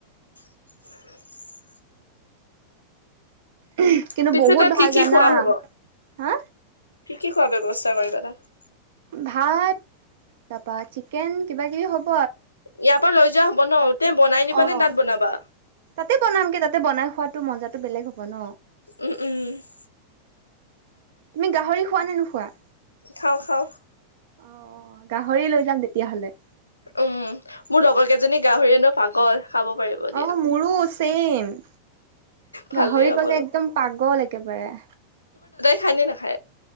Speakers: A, on the left; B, on the right.
A: <inaudible>
B: আই৷কিন্তু
A: পিছে
B: বহুত
A: তাত
B: ভাল
A: কি কি
B: জানা৷
A: খোৱা হ'ব
B: হা?
A: কি কি খোৱাৰ ব্যৱস্থা কৰিবা তাত?
B: ভাত, তাৰপা চিকেন কিবা কিবি হ'ব৷
A: ইয়াৰ পৰা লৈ যোৱা হ'ব ন? তে বনাই নিবা
B: অ৷তাতে
A: নে তাত বনাবা
B: বনামগে তাতে বনাই খোৱাটো মজাটো বেলেগ হ'ব ন?
A: উম উম৷
B: তুমি গাহৰি খোৱা নে নোখোৱা?
A: খাওঁ খাওঁ৷
B: অ অ, গাহৰি লৈ যাম তেতিয়াহলে৷
A: উম, মোৰ লগৰ কেইজনী গাহৰিৰ এনেও পাগল৷ খাব পাৰিব দিয়া
B: অ, মোৰো চেইম৷
A: ভালেই
B: গাহৰি
A: হ'ব
B: ক'লে একদম পাগল একেবাৰে৷
A: খাইনে নাখায়?